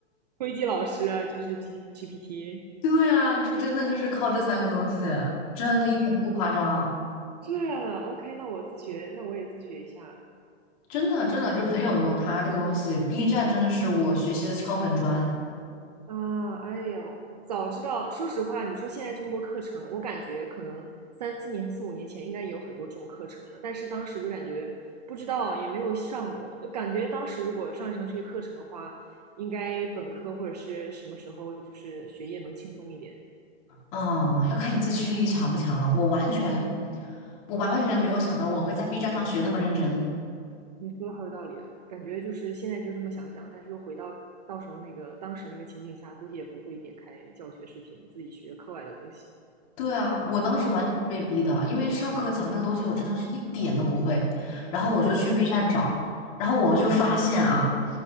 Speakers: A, on the right; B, on the left.
A: 灰机老师啊，就是 G GPT
B: 对啊，就真的就是靠这三个东西，真的一点都不夸张，
A: 这样啊？OK，那我自学，那我也自学一下
B: 真的真的就很有用。它这个东西，B 站真的是我学习的敲门砖。
A: 啊！哎呦，早知道，说实话，你说现在这么多课程，我感觉可能三四年、四五年前应该也有很多这种课程了，但是当时就感觉不知道，也没有上过，感觉当时如果上一上这些课程的话，应该本科或者是什么时候就是学业能轻松一点。
B: 嗯，要看你自驱力强不强了。我完全，我完完全全没有想到我会在 B 站上学那么认真。
A: 你说的好有道理啊，感觉就是现在就这么想想，但是又回到到时候那个当时那个情景下，估计也不会点开教学视频自己学课外的东西。
B: 对啊，我当时完全是被逼的，因为上课讲那个东西我真的是一点都不会，然后我就去 B 站找，然后我就发现啊，